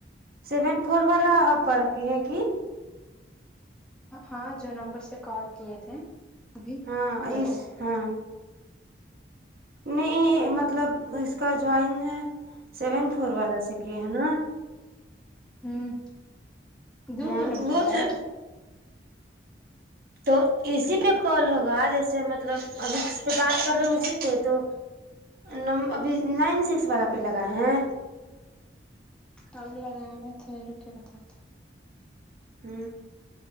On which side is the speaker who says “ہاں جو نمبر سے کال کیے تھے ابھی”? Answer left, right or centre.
Centre